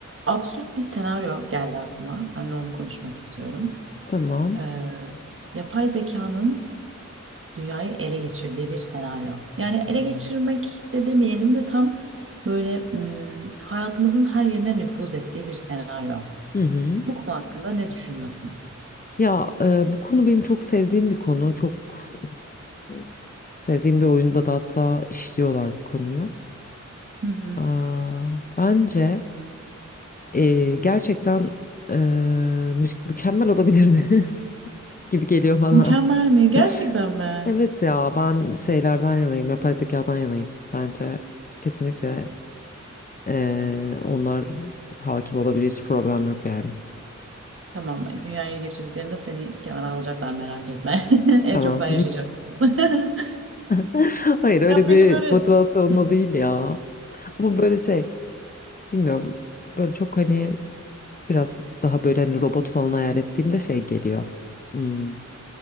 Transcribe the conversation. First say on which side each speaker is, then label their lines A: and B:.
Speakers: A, on the right; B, on the left.
A: Absürt bir senaryo geldi aklıma. Seninle onu konuşmak istiyorum.
B: Tamam.
A: Ee, yapay zekanın dünyayı ele geçirdiği bir senaryo. Yani ele
B: Hmm.
A: geçirmek de demeyelim de tam böyle hmm, hayatımızın her yerine nüfuz ettiği bir senaryo.
B: Hı hı.
A: Bu konu hakkında ne düşünüyorsun?
B: Ya e, bu konu benim çok sevdiğim bir konu. Çok e, sevdiğim bir oyunda da hatta işliyorlar bu konuyu.
A: Hı hı.
B: Aa, bence e, gerçekten e, mü- mükemmel olabilirdi <laughs> gibi geliyor bana.
A: Mükemmel mi? Gerçekten
B: <laughs>
A: mi?
B: Evet ya ben şeylerden yanayım, yapay zekadan yanayım. Bence kesinlikle e, onlar hakim olabilir hiç problem yok yani.
A: Tamam, dünyaya geçirdiklerinde seni kenara alacaklar merak etme. <laughs> En
B: Tamam.
A: çok sen yaşayacaksın. <laughs>
B: <laughs> <laughs> Hayır öyle
A: Ya peki
B: bir
A: böyle
B: motivasyonla
A: Hı.
B: değil ya. Ama böyle şey bilmiyorum böyle çok hani biraz daha böyle hani robot falan hayal ettiğimde şey geliyor. Hmm,